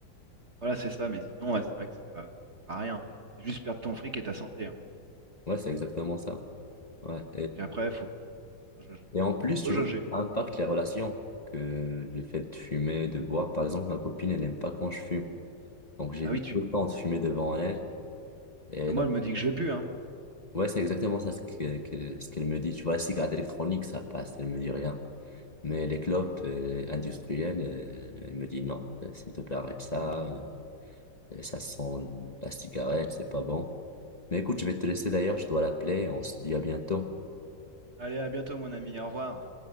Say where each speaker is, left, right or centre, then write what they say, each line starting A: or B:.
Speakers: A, on the right; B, on the left.
A: voilà, c'est ça, mais sinon, ouais, c'est vrai que c'est, euh, ça sert à rien. hein. C'est juste perdre ton fric et ta santé. Hein.
B: Ouais, c'est exactement ça. Ouais.
A: Puis après, faut, faut jauger.
B: Et en plus,
A: Faut
B: tu
A: jauger.
B: vois, ça impacte les relations. Que le fait de fumer, de boire, par exemple, ma copine, elle n'aime pas quand je fume. Donc, j'évite
A: Bah oui, tu.
B: tout le temps de fumer devant elle. Et
A: Bah moi,
B: donc,
A: elle me dit que je vais plus, hein.
B: ouais, c'est exactement ça ce que- que- ce qu'elle me dit. Tu vois, la cigarette électronique, ça passe, elle me dit rien. Mais les clopes euh, industrielles, euh, elle me dit non, euh, s'il te plaît, arrête ça. euh, ça sent la cigarette, c'est pas bon. Mais écoute, je vais te laisser d'ailleurs, je dois l'appeler. On se dit à bientôt.
A: Allez, à bientôt, mon ami, au revoir.